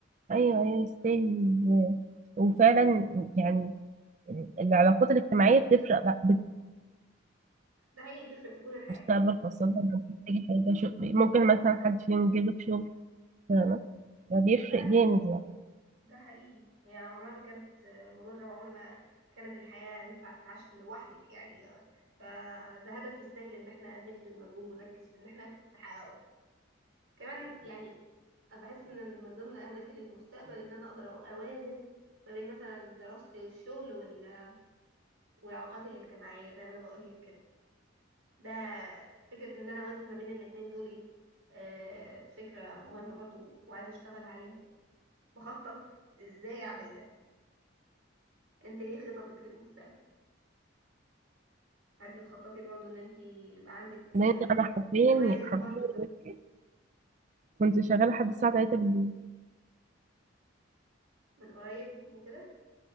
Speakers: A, on the right; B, on the right.
A: أيوه أيوه يستاهل و- وفعلا يعني ال- العلاقات الاجتماعية بتفرق بقى
B: ده حقيقي بتفرق في كل الحياة
A: بالمستقبل خاصة لما بتحتاجي حاجة شغل ممكن مثلا حد فيهم يجيبلك شغل فاهمة فبيفرق
B: ده حقيقي
A: جامد يعني
B: ده حقيقي هي عمرها ما كانت آه، مضرة وعمر ما كانت الحياة تنفع تتعاش لوحدك يعني آه، فده هدف يستاهل ان احنا نبذل مجهود ونركز في ان احنا نحققه كمان يعني أنا بحس ان من ضمن اهدافي للمستقبل ان انا اقدر أو- اوازن ما بين مثلا دراستي والشغل وال- والعلاقات الاجتماعية زي ما انا بقول لك كده ده فكرة ان انا اوازن ما بين الاتنين دول إيه؟ آه، فكرة مهمة برضو وعايزة اشتغل عليها بخطط ازاي اعمل ده انت ايه خططك للمستقبل هل بتخططي برضو ان انت يبقى عندك
A: لأن
B: آه،
A: أنا حرفيا
B: توازن
A: حرفيا
B: برضو كده
A: دلوقتي كنت شغالة لحد الساعة 3 بالليل
B: من قريب وكده